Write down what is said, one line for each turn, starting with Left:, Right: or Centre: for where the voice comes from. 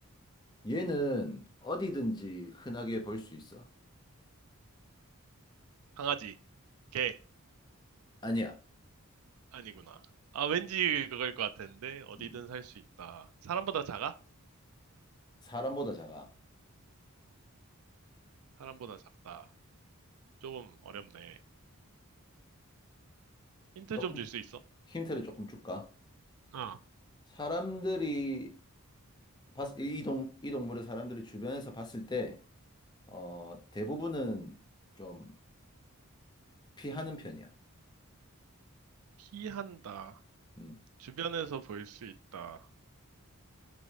Left: 얘는 어디든지 흔하게 볼 수 있어.
Right: 강아지, 개
Left: 아니야.
Right: 아니구나. 아 왠지 그거일 것 같은데 어디든
Left: 음.
Right: 살 수 있다. 사람보다 작아?
Left: 사람보다 작아.
Right: 사람보다 작다. 조금 어렵네. 힌트
Left: 조금,
Right: 좀 줄 수 있어?
Left: 힌트를 조금 줄까?
Right: 아,
Left: 사람들이, 봤, 이 동, 이 동물을 사람들이 주변에서 봤을 때, 어, 대부분은 좀 피하는 편이야.
Right: 피한다.
Left: 음.
Right: 주변에서 볼 수 있다.